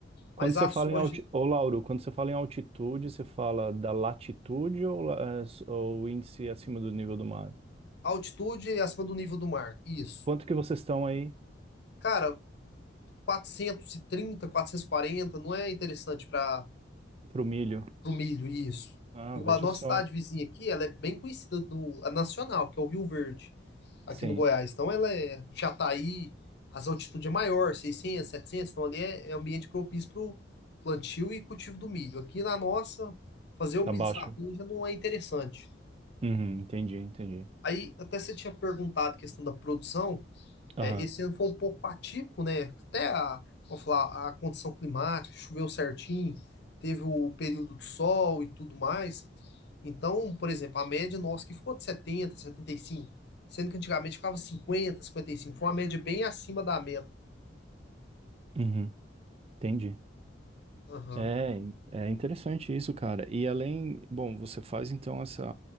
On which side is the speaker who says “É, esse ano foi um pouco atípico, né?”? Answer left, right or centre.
Left